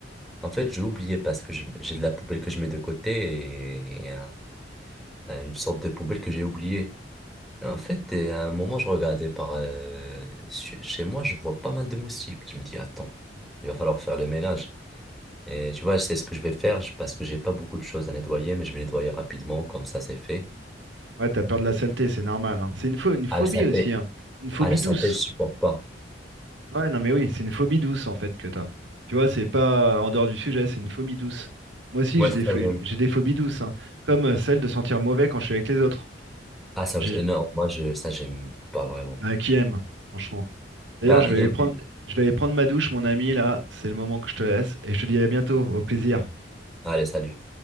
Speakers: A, in the centre; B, on the right.
A: En fait, j'ai oublié parce que je- j'ai de la poubelle que je mets de côté et, un- un- une sorte de poubelle que j'ai oubliée. Et en fait, et à un moment, je regardais par euh, su- chez moi, je vois pas mal de moustiques. Je me dis, attends, il va falloir faire le ménage. Et tu vois, c'est ce que je vais faire je- parce que j'ai pas beaucoup de choses à nettoyer, mais je vais nettoyer rapidement, comme ça, c'est fait.
B: Ouais, t'as peur de la saleté, c'est normal. hein. C'est une pho- une phobie
A: À la synthé,
B: aussi, hein. Une phobie
A: à la synthèse,
B: douce.
A: je supporte pas.
B: Ouais, non, mais oui, c'est une phobie douce en fait que t'as. Tu vois, c'est pas euh, en dehors du sujet, c'est une phobie douce. Moi aussi,
A: Moi,
B: j'ai
A: ça,
B: des, pho-
A: j'aime.
B: j'ai des phobies douces, hein, comme euh, celle de sentir mauvais quand je suis avec les autres.
A: Ah, ça,
B: J'ai-
A: non, moi, je, ça, j'aime pas vraiment.
B: Bah, qui aime, franchement. D'ailleurs,
A: Bah,
B: je vais
A: il
B: aller
A: y a...
B: prendre, je vais aller prendre ma douche, mon ami, là, c'est le moment que je te laisse, et je te dis à bientôt, au plaisir.
A: Allez, salut.